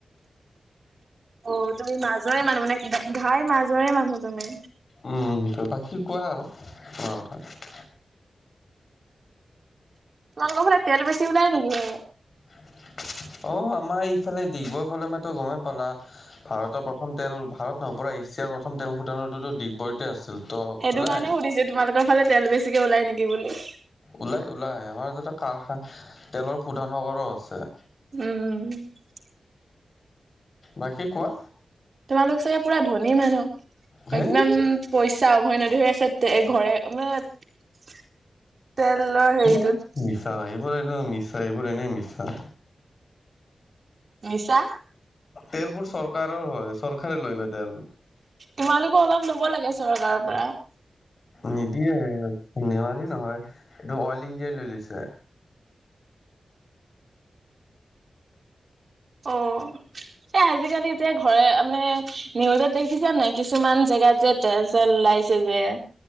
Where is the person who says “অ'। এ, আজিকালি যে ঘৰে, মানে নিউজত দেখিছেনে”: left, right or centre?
Right